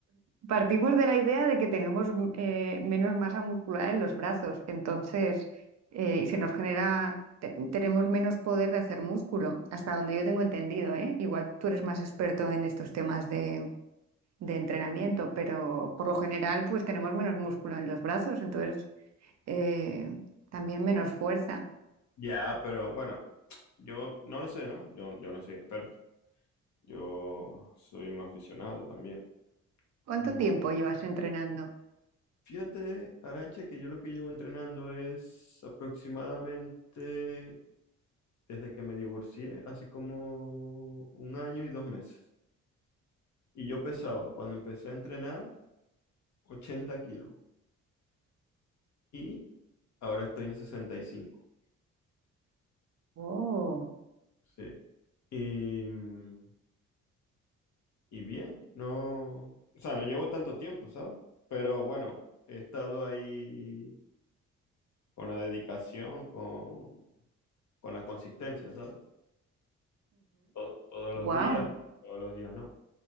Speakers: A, on the right; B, on the left.
A: Partimos de la idea de que tenemos eh, menos masa muscular en los brazos, entonces, eh, y se nos genera, te- tenemos menos poder de hacer músculo, hasta donde yo tengo entendido, ¿eh? Igual tú eres más experto en estos temas de, de entrenamiento, pero por lo general, pues tenemos menos músculo en los brazos, entonces eh, también menos fuerza.
B: Ya, pero bueno, yo no lo sé, ¿no? Yo, yo no soy experto. Yo soy un aficionado también.
A: ¿Cuánto
B: Mm,
A: tiempo llevas entrenando?
B: Fíjate, Arancha, que yo lo que llevo entrenando es aproximadamente desde que me divorcié hace como un año y dos meses. Y yo pesaba, cuando empecé a entrenar, 80 kilos. Y ahora estoy en 65.
A: Oh,
B: Sí. Y, mm, y bien, no, o sea, no llevo tanto tiempo, ¿sabes? Pero bueno, he estado ahí con la dedicación, con, con la consistencia, ¿sabes? To- todos los
A: Wow.
B: días, todos los días no.